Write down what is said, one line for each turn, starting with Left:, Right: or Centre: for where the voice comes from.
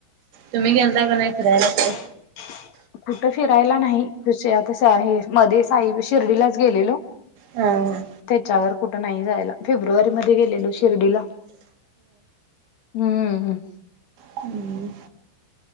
Right: तुम्ही गेलता का नाही फिरायला कुठ.
Left: <inaudible> कुठं फिरायला नाही क आता हे मध्ये साईब शिर्डीलाच गेलेलो
Right: हा
Left: त्याच्यावर कुठं नाही जायला फेब्रुवारी मध्ये गेलेलो शिर्डीला. हम्म मम.
Right: हम्म.